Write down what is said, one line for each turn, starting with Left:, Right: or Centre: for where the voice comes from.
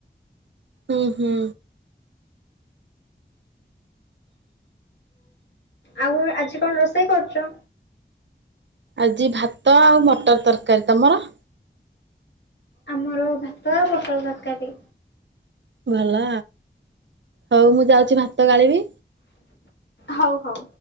Right: ହୁଁ ହୁଁ।
Left: ଆଉ ଆଜି କଣ ରୋଷେଇ କରୁଚ?
Right: ଆଜି ଭାତ ଆଉ ମଟର ତରକାରୀ। ତମର?
Left: ଆମର ଭାତ ଆଉ ପୋଟଳ ତରକାରୀ।
Right: ଭଲ। ହଉ ମୁଁ ଯାଉଚି ଭାତ ଗାଳିବି।
Left: ହଉ ହଉ।